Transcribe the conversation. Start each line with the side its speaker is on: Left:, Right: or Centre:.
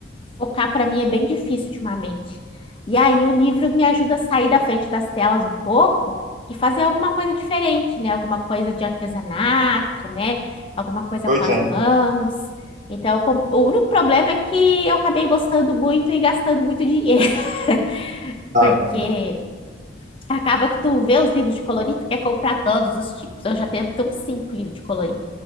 Left: Focar para mim é bem difícil ultimamente. E aí o livro me ajuda a sair da frente das telas um pouco e fazer alguma coisa diferente, né? Alguma coisa de artesanato, né? Alguma coisa
Right: Pois
Left: com as
Right: é.
Left: mãos. Então, com- o único problema é que eu acabei gostando muito e gastando muito dinheiro, <laughs>
Right: Ah,
Left: porque
Right: imagino.
Left: acaba que tu vê os livros de colorir, tu quer comprar todos os tipos. Eu já tenho até uns cinco livros de colorir.